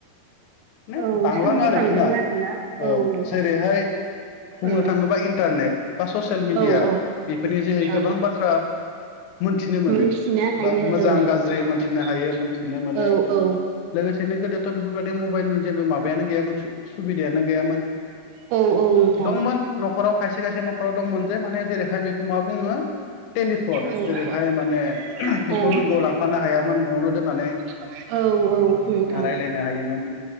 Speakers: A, on the left; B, on the right.
A: माने
B: औ
A: बांलाङो
B: सोमजिखांदों
A: आरोखिना
B: आरोना
A: औ
B: नोंथां
A: जेरैहाय बुंनो
B: औ
A: थाङोबा इन्टारनेट बा ससियेल मिडिया
B: औ औ
A: बेफोरनि जोहै
B: औ
A: गोबां बाथ्रा मोनथिनो मोनो
B: मोनथिनो हायो
A: बा मोजां
B: ओं
A: गाज्रि मोनथिनो
B: गाज्रि
A: हायो मोनथिनो
B: हायो
A: मोनो।
B: औ
A: लोगोसेनो गोदोथ' बेफोरबायदि मबाइलनि जेबो माबायानो गैयामोन सुबिदायानो गैयामोन
B: औ औ नोंथां
A: दंमोन न'खराव खायसे खायसे न'खराव दंमोनजे माने जेरैहाय बेखौ मा बुङो? टेलिफन
B: औ
A: जेरैहाय माने बेखौ
B: औ
A: लोगोआव लांफानो हायामोन न'आवनो दोननानै
B: औ औ। नोंथां
A: राय्लायनो हायोमोन